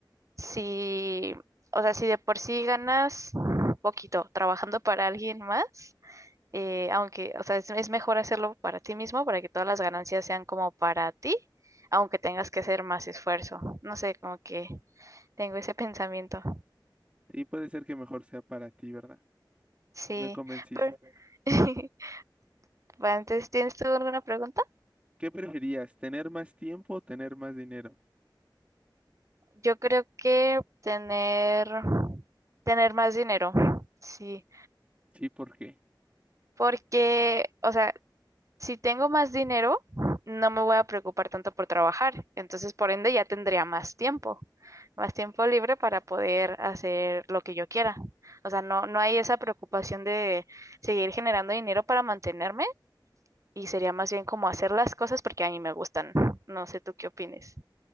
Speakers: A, on the right; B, on the right.
A: si, o sea, si de por sí ganas poquito trabajando para alguien más, eh, aunque, o sea, es, es mejor hacerlo para ti mismo para que todas las ganancias sean como para ti, aunque tengas que hacer más esfuerzo. No sé, como que tengo ese <laughs> pensamiento.
B: y puede ser que mejor sea para ti, ¿verdad?
A: Sí,
B: Me convenciste.
A: pero... <laughs> Bueno, entonces, ¿tienes tú alguna pregunta?
B: ¿Qué preferías? ¿Tener más tiempo o tener más dinero?
A: Yo creo que tener, tener más dinero, sí,
B: Sí, ¿por qué?
A: porque, o sea, si tengo más dinero, no me voy a preocupar tanto por trabajar. Entonces, por ende, ya tendría más tiempo, más tiempo libre para poder hacer lo que yo quiera. O sea, no, no hay esa preocupación de seguir generando dinero para mantenerme y sería más bien como hacer las cosas porque a mí me gustan. No sé tú qué opines.